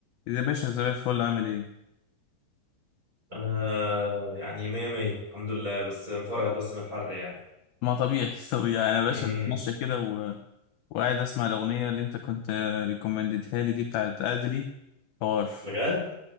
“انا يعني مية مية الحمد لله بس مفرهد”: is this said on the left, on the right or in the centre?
Right